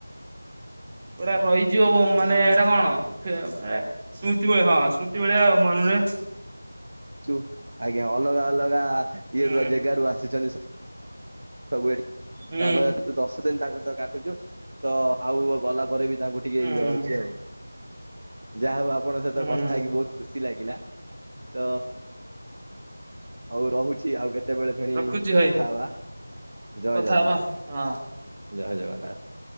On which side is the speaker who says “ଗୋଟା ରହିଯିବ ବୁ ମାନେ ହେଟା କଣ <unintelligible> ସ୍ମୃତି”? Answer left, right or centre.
Right